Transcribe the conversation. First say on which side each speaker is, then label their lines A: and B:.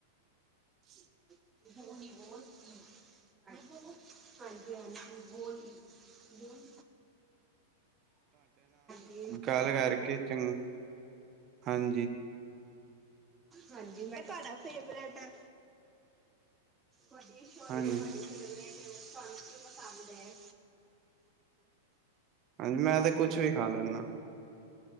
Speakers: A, on the right; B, on the right.
A: ।
B: ਦੀ ਬਹੁਤ ਹ। ਹਾਂਜੀ, ਹਾਂਜੀ ਬਹੁਤ। ਹਾਂਜੀ, ਜੀ।
A: ਕੱਲ ਕਰਕੇ 'ਚ' ਹਾਂਜੀ।
B: ਹਾਂਜੀ, ਮੈਂ ਤੁਹਾਡਾ ਫੇਵਰੇਟ' ਆ? ਹੋਏਗੀ ਤੁ
A: ਹਾਂਜੀ
B: ਫੇਵਰਿਟ, ਪਸੰਦ ਏ।
A: ਹਾਂਜੀ, ਮੈਂ ਤਾਂ ਕੁਛ ਵੀ ਖਾ ਲੈਂਦਾ।